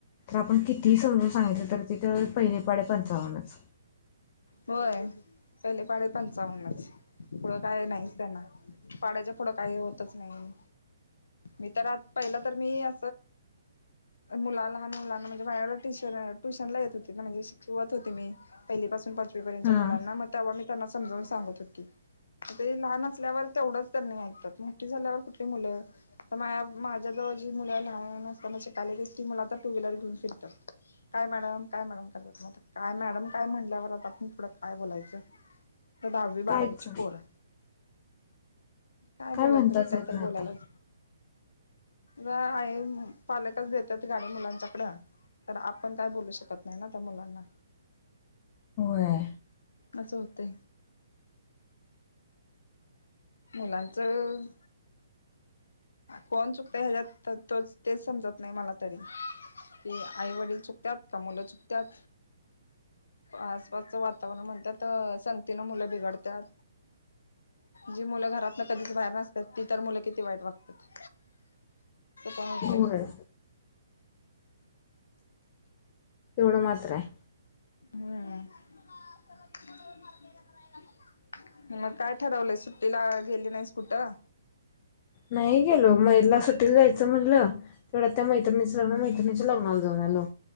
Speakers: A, on the left; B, on the left.
A: तर आपण कितीही समजून सांगितलं तर ते पहिले पाडे पंचावन्नच
B: होय पहिले पाडे पंचावन्नच पुढं काय नाहीच त्यांना.. पाड्याच्या पुढं काही होतच नाही मी तर आत पहिला तर मी ह मुला लहान मुलांना म्हणजे माझ टीचर ट्युशन ला येत होती ना म्हणजे शिकवत होती मी पहिली पाासून पाचवी पर्यंतच्या
A: हा
B: मुलांना मग तेव्हा मी त्यांना समजावून सांगत होती आता लहान असल्यावर तेवढंच त्यांनी ऐकतात मोठी झाल्यावर कुठली मुलं तर माझ माझ्या जवळ जी मुलं लहान असताना शिकायली ती मुलं आता टू व्हीलर घेऊन फिरतात. काय मॅडम काय मॅडम करतात म काय मॅडम काय म्हणल्यावर आता आपण पुढं काय बोलायचं तर दहावी बारावीची
A: कायच
B: पोर आहे. काय बोलायचं
A: म्हणताच
B: मी काहीतरी
A: येत नाही
B: बोलायलाच
A: आता
B: आहे. पालकच देतात गाडी मुलांच्याकड तर आपण काय बोलू शकत नाही ना त्या मुलांना
A: होय
B: असं होतंय मुलांचं कोण चुकत ह्याच्यात तोच तेच समजत नाही मला तरी ते आई वडील चुकतात का मुलं चुकतात. आसपासचं वातावरण म्हणतात संगतीनं मुलं बिघडतात. जी मुलं घरातन कधीच बाहेर नसतात ती तर मुलं किती वाईट वागतात. कतते
A: होय एवढं मात्र आहे.
B: हम्म मग काय ठरवलंय सुट्टीला गेली नाही कुठं
A: नाही गेलो मैला सुटील जायचं म्हणलं. तेवढं त्या मै्रिणीच लग्न मैत्रिणी लग्नाला जाऊ आलो.